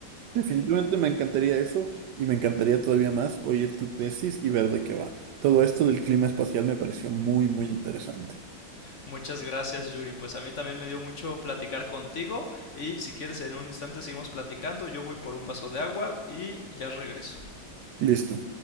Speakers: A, on the right; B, on the left.
A: Definitivamente me encantaría eso y me encantaría todavía más oír tu tesis y ver de qué va. Todo esto del clima espacial me pareció muy, muy interesante.
B: Muchas gracias, Yuri. Pues a mí también me dio mucho platicar contigo y si quieres en un instante seguimos platicando. Yo voy por un vaso de agua y ya regreso.
A: Listo.